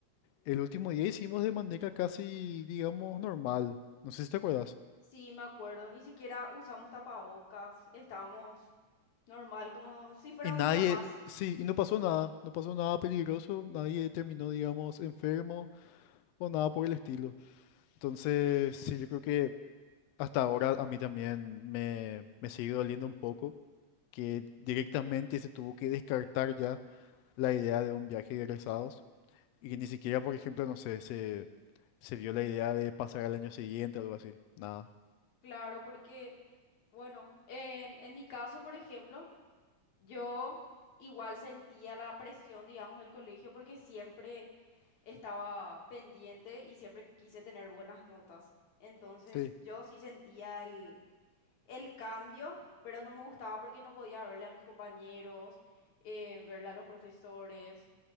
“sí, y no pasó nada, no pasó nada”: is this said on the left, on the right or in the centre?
Left